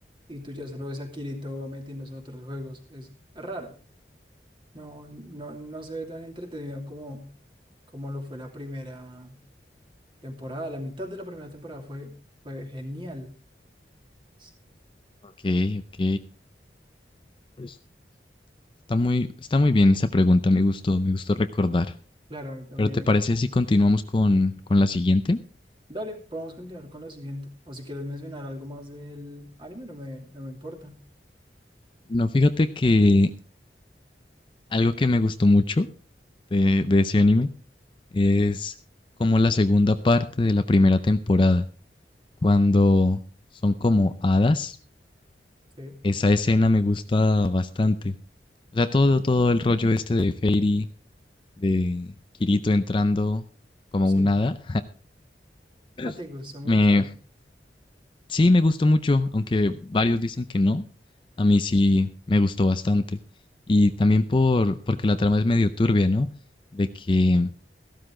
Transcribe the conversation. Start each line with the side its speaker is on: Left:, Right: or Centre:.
Right: y tú ya solo ves a Kirito metiéndose a otros juegos. Es raro. No, no, no se ve tan entretenido como, como lo fue la primera temporada. La mitad de la primera temporada fue, fue genial. S-
Left: Ok, ok. Pues, Está muy, está muy bien esa pregunta, me gustó, me gustó recordar.
Right: Claro, a mí también.
Left: Pero ¿te
Right: me-
Left: parece si continuamos con, con la siguiente?
Right: Dale, podemos continuar con la siguiente. O si quieres mencionar algo más del anime, no me, no me importa.
Left: No, fíjate que algo que me gustó mucho de, de ese anime es como la segunda parte de la primera temporada, cuando son como hadas.
Right: Sí,
Left: Esa escena me gusta bastante. O sea, todo, todo el rollo este de Fairy de Kirito entrando como
Right: sí.
Left: un hada. <laughs>
Right: Ah, ¿te gustó mucho?
Left: Me, sí, me gustó mucho, aunque varios dicen que no. A mí sí me gustó bastante. Y también por, porque la trama es medio turbia, ¿no? De que